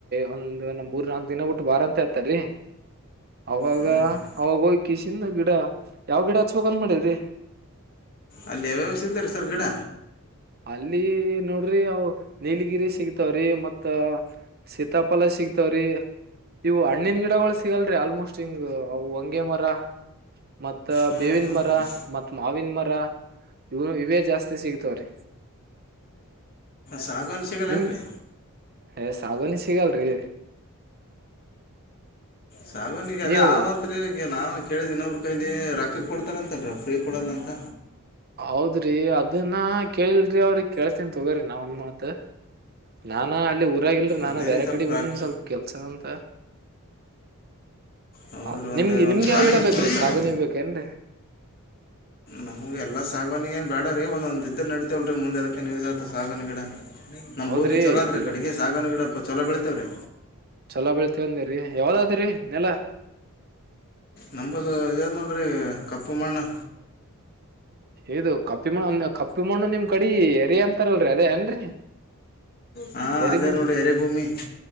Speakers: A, on the right; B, on the left.
A: ಒಂದ್ ಒಂದ ಮೂರ್ ನಾಲ್ಕ್ ದಿನ ಬಿಟ್ಟು ಬಾರ ಅಂತ ಹೇಳ್ತಾರೀ ಅವಾಗ
B: ಹಾಂ ರೀ
A: ಅವಾಗ ಹೋಗ್ಕ ಕಿಷಿಕೊಂಡು ಗಿಡ ಯಾವ ಗಿಡ ಹಚ್ಚ ಬೇಕೆಂದು ಮಾಡಿರಿ
B: ಅಲ್ಲಿ ಯಾವ್ಯಾವ ಸಿಗ್ತದಿ ಸರ್ ಗಿಡ
A: ಅಲ್ಲಿ ನೋಡ್ರಿ ಅವು ನೀಲಗಿರಿ ಸಿಗ್ತಾವ್ರಿ ಮತ್ತ ಸೀತಾಫಲ ಸಿಗ್ತಾವ್ರಿ ಇವು ಹಣ್ಣನ್ ಗಿಡಗಳು ಸಿಗಲ್ರಿ ಆಲ್ಮೋಸ್ಟ್ ಹಿಂಗ್ ವಂಗೆಮರ ಮತ್ತ
B: ಹಾಂ
A: ಬೇವಿನ
B: ಹಾಂ
A: ಮರ
B: ಹಾಂ
A: ಮತ್ ಮಾವಿನ ಮರ ಇವನು ಇವೇ ಜಾಸ್ತಿ ಸಿಗ್ತವ್ರೀ
B: ಸಾಗೊನ್ ಸಿಗಲ್ಲಾನೆರಿ
A: ನಿಮ್ ಏ ಸಾಗೋಣಿ ಸಿಗಲ್ರಿ
B: ಸಾಗೋಣಿ ಅದೇ
A: ನೀವು
B: ಅವಂತ್ರಿ ಈಗ ನಾವು ಕೇಳಿದ್ ಇನ್ನೊಬ್ರು ಕೈಲಿ ರೊಕ್ಕಕ್ ಕೊಡ್ತಾರಂತಲ್ರಿ ಫ್ರೀ ಕೊಡಲ್ಲ ಅಂತ
A: ಹೌದ್ರಿ ಅದನ್ನ ಕೇಳಲ್ರಿ ಅವ್ರಿ ಕೇಳ್ತನ್ ತಗೋರಿ ನಾವ ಒಂದ್ ಮಾತ್ ನಾನ ಅಲ್ಲಿ ಊರಾಗಿಲ್ರರಿ ನಾನ
B: ಅದೇ
A: ಬೇರೆ
B: ರೀ ಸ್ವಲ್ಪ
A: ಕಡೆ
B: ರೊಕ್ಕ
A: ಬಂದನಿ ಸ್ವಲ್ಪ ಕೆಲ್ಸ ಅಂತ
B: ಹೌದು
A: ಹೌದ
B: ರೀ ಒಂದು
A: ನಿಮ್ಗೆ ನಿಮ್ಗೆ
B: ಒಂದು ಪ್ರಾಣಿಗೆ
A: ಯಾವ ಗಿಡ
B: ಎಷ್ಟು
A: ಬೇಕ್ರೀ
B: ಕೊಡ್ತಾರೆ
A: ಸಾಗುಣಿ ಬೇಕೇನ್ರಿ
B: ನಮಗೆ ಎಲ್ಲಾ ಸಾಗೋಣಿ ಏನ್ ಬೇಡರೀ ಒಂದ ಒಂದ ಇದ್ರರು ನಡಿತೀವಲ್ರೀ ಮುಂದೆ ಅದಕ್ಕೆ ಯೂಸ್ ಆತವ ಸಾಗೋಣಿ ಗಿಡ ನಮ್ಮ
A: ಹೌದ್ರಿ
B: ಭೂಮಿ ಚೊಲೋ ಆದ್ರೆ
A: ಗಿಡ
B: ಕಡೆಗೆ ಸಾಗೋಣಿ ಗಿಡ ಚೊಲೋ ಬೆಳತೇವರೀ
A: ಚಲೋ ಬಬೆಳಿತಾಅಂದಿರಿ ಯಾವ್ದತ್ರಿ ನೆಲ
B: ನಂಬದು ಇದ್ಯಾವ್ ನೋಡ್ರಿ ಕಪ್ಪು ಮಣ್ಣು
A: ಇದು ಕಪ್ಪು ಕಪ್ಪಿಮಣ್ಣ ಕಪ್ಪಿ ಮಣ್ಣು ನಿಮ್ ಕಡಿ ಎರಿ ಅಂತಾರಲ್ರರಿ ಅದೇ ಆನ್ರರಿ
B: ಹಾಂ
A: ಎರಿ
B: ಅದೇ
A: ಭೂಮಿ
B: ನೋಡಿ ಎರೆಭೂಮಿ